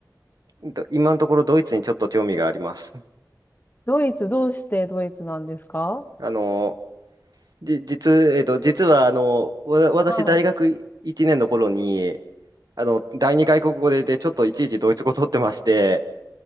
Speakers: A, on the right (about 65°); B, on the left (about 30°).
A: ど今のところドイツにちょっと興味があります。
B: ドイツ、どうしてドイツなんですか
A: あの、じ、実、えっと、実はあの、わ、私大学1年の頃に、
B: はい。
A: あの、第二外国語で、で、ちょっといちいちドイツ語取ってまして、